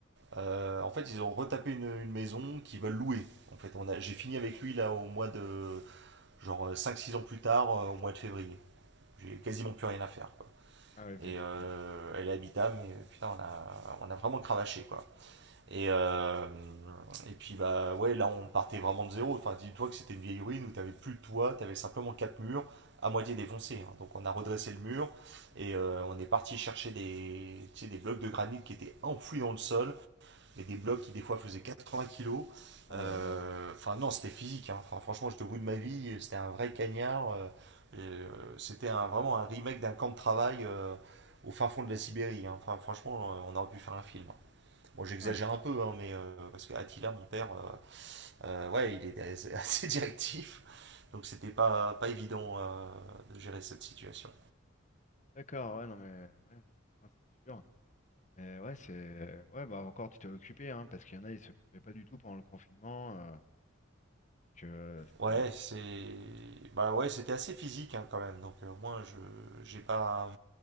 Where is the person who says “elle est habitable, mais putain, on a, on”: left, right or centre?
Right